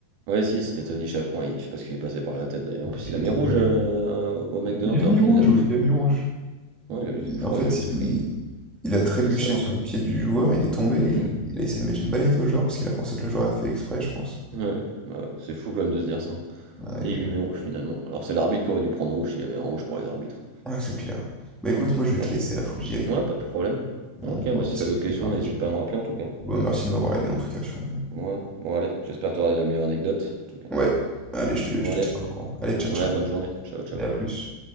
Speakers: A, on the right; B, in the centre.
A: ouais si c'était Tony Chaperon et je sais pas ce qui lui passait par la tête d'ailleurs.
B: Ah,
A: En plus
B: mais
A: il
B: Il
A: a
B: était
A: mis rouge,
B: nul.
A: heu, au mec de
B: Il
A: Nantes
B: a
A: alors
B: mis
A: qu'il
B: rouge,
A: l'a bousculé.
B: oui, il a mis rouge.
A: Ouais il a juste
B: Il-
A: je
B: En
A: crois
B: fait,
A: il a juste
B: il,
A: pris
B: il a trébuché
A: il a pris le seum un
B: sur
A: peu.
B: le pied du joueur, il est tombé, il,
A: Mmh.
B: il a essayé de mettre une balayette au joueur parce qu'il a pensé que le joueur a fait exprès, je pense.
A: Ouais, ouais, ouais, c'est fou quand même de se dire ça, hein
B: Ah,
A: et
B: les deux.
A: il lui met rouge finalement. Alors c'est l'arbitre qui aurait dû prendre rouge s'il y avait un rouge pour les arbitres.
B: Ouais, c'est clair. Bah écoute, moi je vais
A: Mais
B: te laisser là, faut que j'y aille.
A: ouais, pas de problème.
B: On
A: OK, bah
B: en discute
A: si t'as d'autres questions,
B: plus tard.
A: n'hésite
B: tu-
A: pas à me rappeler en tout cas.
B: Bon, merci de m'avoir aidé en tout cas sur.
A: Ouais, bon allez, j'espère t'avoir la meilleure anecdote, en tout cas.
B: Ouais, allez, je te,
A: Bon
B: je te
A: allez,
B: tiendrai au courant. Allez, ciao,
A: ouais,
B: ciao.
A: bonne journée, ciao ciao.
B: Allez, à plus.